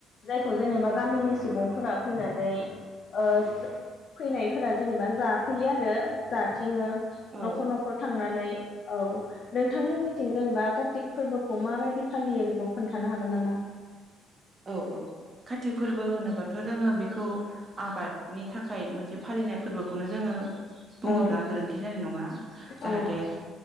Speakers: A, on the left; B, on the right.
A: जायखौ जेनेबा गामिनि सुबुंफोरा फैनानै ओ सो फैनाय फोरा जेनेबा जाफैयो आरो जाथिङो
B: औ
A: न'खर न'खर थांनानै औ नोंथांमोननिथिं जेनेबा कार्तिक फोरबोखौ माबायदि फालियो बेखौ खोनथानो हागोन नामा?
B: औ औ कातिक फोरबो होनोबाथ' जोङो बेखौ आबादनि थाखाय मोनसे फालिनाय फोरबोखौनो जोङो बुङोब्ला
A: औ
B: गोरोन्थि जानाय नङा जाहाथे
A: औ